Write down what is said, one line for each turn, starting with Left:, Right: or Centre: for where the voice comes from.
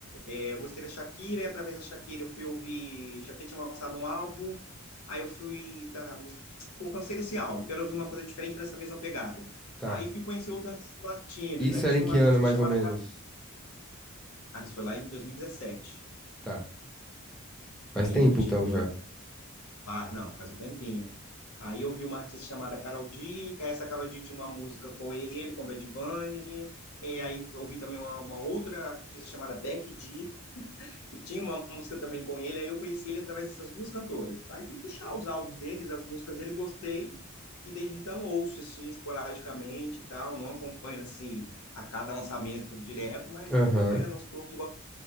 Left: É, eu gostei da Shakira, e através da Shakira eu fui ouvir. Shakira tinha lançado um álbum, aí eu fui. Tá, pô, cansei desse álbum, quero ouvir uma coisa diferente para mesma pegada.
Centre: Tá.
Left: Aí fui conhecer outros artistas latinos,
Centre: Isso
Left: aí tinha
Centre: era em que
Left: uma artista
Centre: ano, mais
Left: chamada
Centre: ou menos?
Left: Cara, isso foi lá em 2017.
Centre: Tá. Faz
Left: Aí,
Centre: tempo,
Left: tipo,
Centre: então, já.
Left: eu Ah, não, faz um tempinho. Aí eu vi uma artista chamada Karol D, que aí essa Karol D tinha uma música com ele, com Bad Bunny. E aí eu ouvi também uma, uma outra artista chamada Becky G, que tinha uma música também com ele. Aí eu conheci ele através dessas duas cantoras. Aí fui puxar os álbuns deles, as músicas dele, gostei. E desde então ouço, assim, esporadicamente e tal. Não acompanho, assim, a cada lançamento direto, mas
Centre: Aham.
Left: vou acompanhando aos poucos. Gosto.